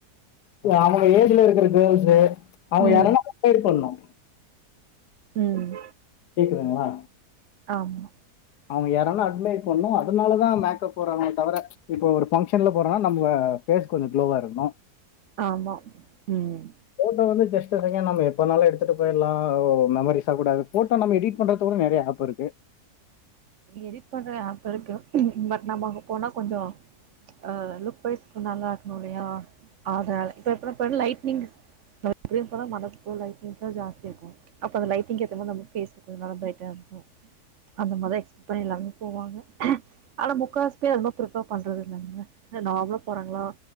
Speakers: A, on the left; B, on the right.
A: அவங்க ஏஜ்ல இருக்கிற கேர்ள்ஸ் அவங்க
B: ம்
A: யாரனா கம்பேர் பண்ணனு
B: ம்
A: கேக்குதுங்களா
B: ஆமா
A: அவங்க யாரான்ட அட்மை பண்ணணு அதனாலதா மேக்கப் போறாங்களே தவர இப்போ ஒரு ஃபங்க்ஷன்ல போறன்னா நம்ம பேஸ் கொஞ்ச க்ளோவா இருக்கணு
B: ஆமா ம்
A: போட்டோ வந்து ஜஸ்ட் வந்துங்க நம்ப எப்ப வேணாலு. எடுத்துட்டு போயிட்லா ஓ மெமரிசா கூட அது போட்டோ நம்ம எடிட் பண்றதுக்கூட நெறய ஆப் இருக்கு
B: எடிட் பண்ற ஆப் இருக்கு பட் நம்ப அங்க போனா கொஞ்சோ அ லுக் வைஸ் நல்லா இருக்ணு இல்லையா அதனால இப்ப எப்டின்னா இப்பதான லைட்னிங்ஸ் அது வந்து இப்பதா மரத்துல உள்ள லைட்னிங்ஸ்ல்லா ஜாஸ்தியா இருக்கு அப்ப அந்த லைட்டிங்க்கு ஏத்த மாரி நம்ப பேஸ்சு கொஞ்சோ நல்லா ப்ரைட்டா இருக்னு அந்த மாரிதா எக்ஸ் அப்ப எல்லாருமே போவாங்க ஆனா முக்காவாசி பேர் அது மாரி பிர்பேர் பண்றது இல்லங்க எல்லா நார்மலா போறாங்களா